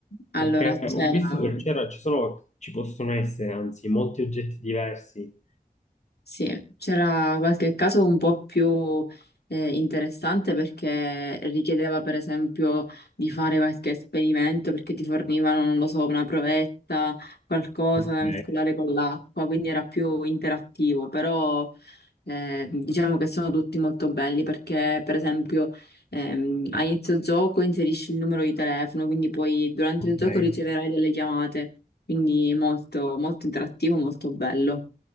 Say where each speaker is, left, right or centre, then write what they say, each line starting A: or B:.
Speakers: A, on the left (about 85°); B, on the left (about 45°).
A: Allora
B: Perché
A: c'era
B: ho visto che c'era, ci sono, ci possono essere anzi molti oggetti diversi
A: sì, c'era qualche caso un po' più eh, interessante perché richiedeva per esempio di fare qualche esperimento perché ti fornivano, non lo so, una provetta, qualcosa
B: Ok,
A: da mescolare con l'acqua, quindi era più interattivo, però Eh, diciamo che sono tutti molto belli perché, per esempio, ehm, a inizio gioco inserisci il numero di telefono, quindi poi durante
B: ok.
A: il gioco riceverai delle chiamate, quindi molto, molto interattivo, molto bello.